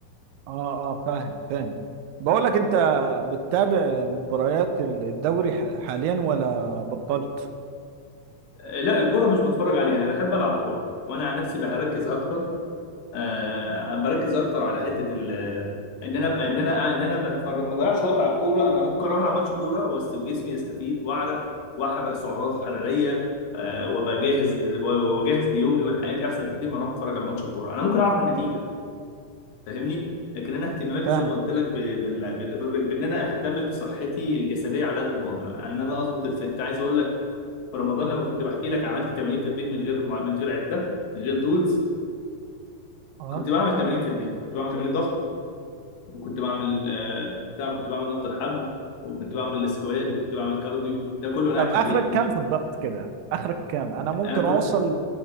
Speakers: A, on the right; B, on the left.
A: اه اه فاهم فاهم بقول لك انت بتتابع مباريات الدوري ح- حاليا ولا بطلت
B: آه، لا الكره مش بتفرج عليها انا بحب العب كوره وانا عن نفسي بركز اكتر آه بركز اكتر على حته ال ان انا ابقى ان انا ان انا بتفرج ما اضيعش وقت على الكوره انا ممكن اروح العب ماتش كوره بس جسمي يستفيد واعرق واحرق سعرات حراريه آه وابقى جاهز ل- وجاهز ليومي ولحياتي احسن بكتير ما اروح اتفرج على ماتش كوره انا ممكن اعرف النتيجه فاهمني لكن انا اهتماماتي
A: فاهمك
B: زي ما قلت لك ب... بال... بال... بال... بان انا اهتم بصحتي الجسديه على قد ما اقدر ان انا اظبط الفت عايز اقول لك في رمضان لما كنت بحكي لك عملت تمارين في البيت من غير مع- من غير عده من غير تولز
A: اه
B: كنت بعمل تمارين في البيت كنت بعمل تمارين ضغط وكنت بعمل آه، بتاع كنت بعمل نط الحبل وكنت بعمل السكواد وكنت بعمل كارديو ده كله وانا
A: طب
B: قاعد في
A: اخرك
B: البيت
A: كام في الضغط كده اخرك كام انا ممكن
B: انا كنت
A: اوصل